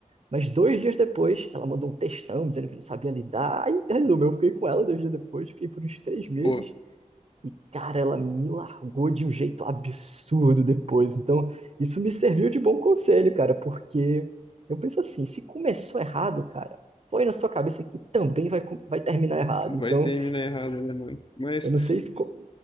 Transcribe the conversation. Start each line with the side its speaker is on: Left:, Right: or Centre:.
Right: Mas dois dias depois, ela mandou um textão dizendo que não sabia lidar. E resumo, eu fiquei com ela dois dias depois, fiquei por uns três meses.
Left: Boa.
Right: Cara, ela me largou de um jeito absurdo depois. Então, isso me serviu de bom conselho, cara, porque eu penso assim: se começou errado, cara, põe na sua cabeça que também vai, co- vai terminar errado. Então,
Left: Vai terminar errado, né, mano? Mas
Right: eu não sei se co-